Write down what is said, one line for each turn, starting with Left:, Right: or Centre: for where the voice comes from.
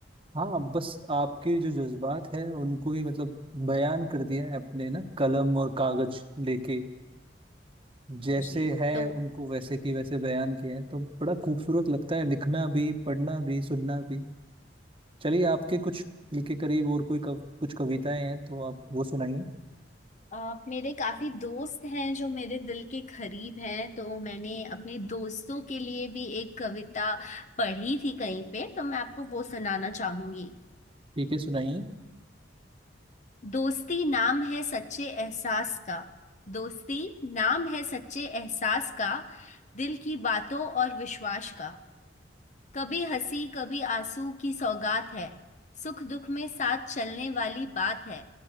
Right: हाँ बस आपके जो जज्बात है उनको ही मतलब बयान कर दिया है अपने ना कलम और कागज लेके जैसे
Left: जी
Right: है
Left: तो
Right: उनको वैसे की वैसे बयान किया है तो बड़ा खूबसूरत लगता है लिखना भी पढ़ना भी सुनना भी चलिए आपके कुछ दिल के करीब और कोई कव, कुछ कविताएं हैं तो आप वो सुनाइए
Left: अ, मेरे काफी दोस्त हैं जो मेरे दिल के करीब हैं तो मैंने अपने दोस्तों के लिए भी एक कविता पढ़ी थी कहीं पे तो मैं आपको वो सुनाना चाहूंगी
Right: ठीक है सुनाइए
Left: दोस्ती नाम है सच्चे एहसास का दोस्ती नाम है सच्चे एहसास का दिल की बातों और विश्वास का कभी हंसी कभी आंसू की सौगात है सुख दुख में साथ चलने वाली बात है